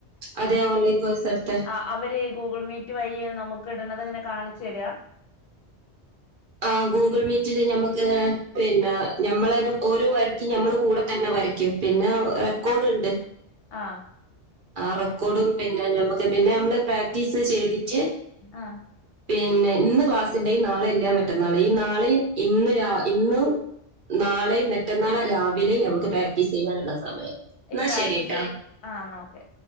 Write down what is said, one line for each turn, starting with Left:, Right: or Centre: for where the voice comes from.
Right: അതെ ഓൺലൈൻ കോഴ്സ് എടുത്തെ
Left: ആ അവര് ഗൂഗിൾ മീറ്റ് വഴിയ നമുക്ക് ഇടണത് ഇങ്ങനെ കാണിച്ചു തരിക
Right: ആ ഗൂഗിൾ മീറ്റില് നമ്മക്ക് പിന്നെ നഞമ്മളെ ഓരോ വർക്കിലും ഞമ്മൾ കൂടെ തന്നെ വരക്കും പിന്നെ റെക്കോർഡ് ഉണ്ട്
Left: ആ
Right: ആ റെക്കോർഡും പിന്നെ ഞമ്മക്ക് പിന്നെ നമ്മള് പ്രാക്ടീസ് ചെയ്തി റ്റ്
Left: ആഹ്
Right: പിന്നെ ഇന്ന് ക്ലാസ് ഉണ്ടിൽ നാളെ ഇല്ലാ മറ്റന്നാള ഈ നാളെയ ഇന്ന് ഇന്ന് നാളെ മറ്റന്നാള രാവിലെയും നമുക്ക് പ്രാക്ടീസ് ചെയ്യാനുള്ള സമയം എന്നാ
Left: ഈ പ്രാക്ടീസ്
Right: ശരി ട്ടാ
Left: ആ എന്ന ഓക്കെ